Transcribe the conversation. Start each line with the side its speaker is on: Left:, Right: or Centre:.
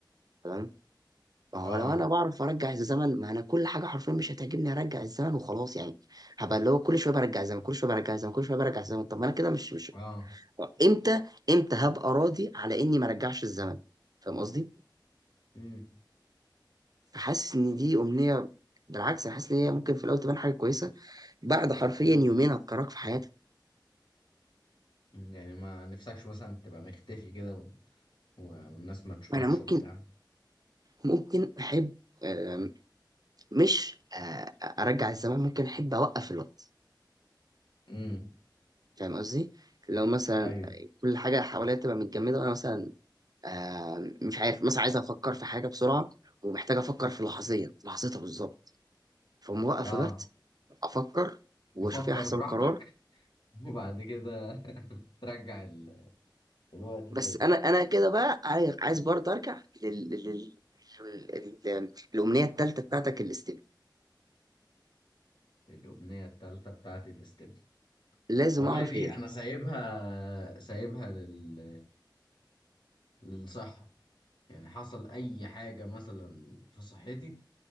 Right: تمام ما
Left: اه
Right: هو لو انا بعرف ارجع الزمن ما انا كل حاجه حرفيا مش هتعجبني هرجع الزمن وخلاص يعني هبقى اللي هو كل شويه برجع الزمن كل شويه برجع الزمن كل شويه برجع الزمن طب ما انا كده مش مش
Left: اه
Right: امتى امتى هبقى راضي على اني ما رجعش الزمن فاهم قصدي
Left: امم
Right: فحاسس ان دي امنيه بالعكس انا حاسس ان هي ممكن في الاول تبان حاجه كويسه بعد حرفيا
Left: امم
Right: يومين هتكرهك في حياتك
Left: يعني ما نفسكش مثلا تبقى مختفي كده و... و... والناس ما تشوفكش
Right: انا ممكن
Left: وبتاع
Right: ممكن احب آم، مش آه، ارجع الزمن ممكن احب اوقف الوقت
Left: امم
Right: فاهم قصدي لو مثلا
Left: ايوه
Right: كل حاجه حواليا تبقى متجمده وانا مثلا آم، مش عارف مثلا عايز افكر في حاجه بسرعه ومحتاج افكر في لحظيا لحظتها بالظبط فموقف
Left: اه
Right: الوقت افكر واشوف
Left: نفكر
Right: ايه احسن
Left: براحتك
Right: قرار
Left: وبعد كده <laughs> ترجع ال... الوقت
Right: بس
Left: تاني
Right: انا انا كده بقى عايز عايز برضه ارجع لل... لل... لل... لل... الامنيه الثالثه بتاعتك الاستباء
Left: الأمنية التالتة بتاعتي الاستبن
Right: لازم
Left: والله
Right: اعرف
Left: دي
Right: هي ايه
Left: أنا سايبها سايبها لل... للصحة يعني حصل أي حاجة مثلا في صحتي